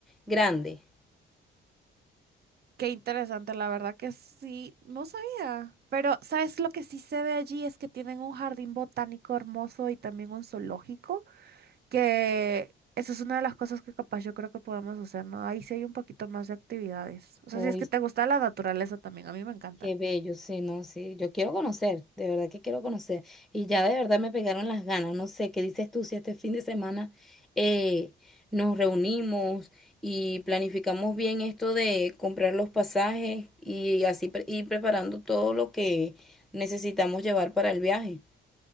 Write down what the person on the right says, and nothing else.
Qué interesante, la verdad que sí. No sabía. Pero, ¿sabes lo que sí se ve allí? Es que tienen un jardín botánico hermoso y también un zoológico. que eso es una de las cosas que capaz yo creo que podemos hacer, ¿no? Ahí sí hay un poquito más de actividades. O sea,
si es que te gusta la naturaleza también, a mí me encanta.